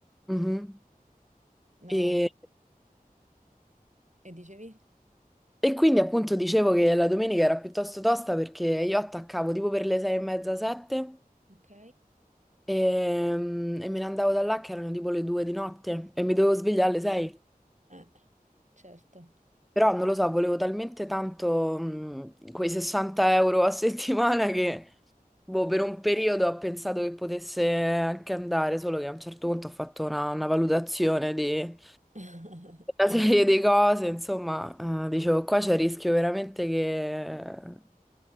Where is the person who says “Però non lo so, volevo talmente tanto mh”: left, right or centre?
Centre